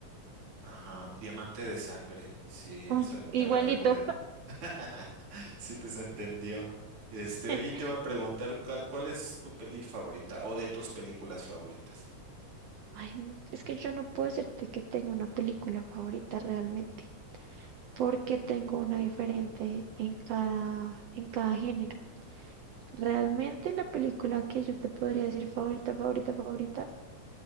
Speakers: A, on the right; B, on the right.
A: Ajá. Diamante de sangre. Sí, esa
B: ay,
A: te
B: igualito.
A: la recomiendo. <laughs> Sí, te se entendió. Este,
B: <laughs>
A: oye, te iba a preguntar, ¿cuál cuál es tu peli favorita o de tus películas favoritas?
B: Ay, es que yo no puedo decirte que tengo una película favorita realmente, porque tengo una diferente en cada, en cada género. Realmente la película que yo te podría decir favorita, favorita, favorita